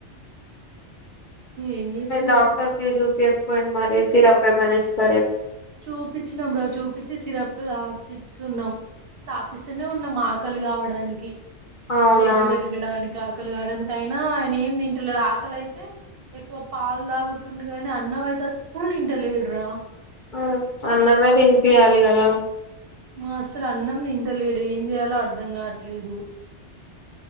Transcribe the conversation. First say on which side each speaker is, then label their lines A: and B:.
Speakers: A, on the right; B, on the left.
A: ఏం చేస్తున్నారు
B: డాక్టర్ కి చూపియక పోయిండ్రు మరి సిరప్ ఏమైనా ఇస్తారేమో
A: చూపించినాం రా చూపించి సిరప్ లు తాపిస్తున్నం తాపిస్తూనే ఉన్నం మాకు ఆకలి కావడానికి
B: అవునా
A: బ్లడ్ పెరగడానికి ఆకలి కావడానికైనా అయన ఏం తింటలేడు ఆకలైతే ఎక్కువ పాలు దాగుతుండుగని అన్నం అయితే అసలు దింటలేడురా
B: మ్మ్ అన్నమే తినిపియాలి కదా
A: అసలు అన్నం తింటలేడు ఏం చేయాలో అర్ధం కావట్లేదు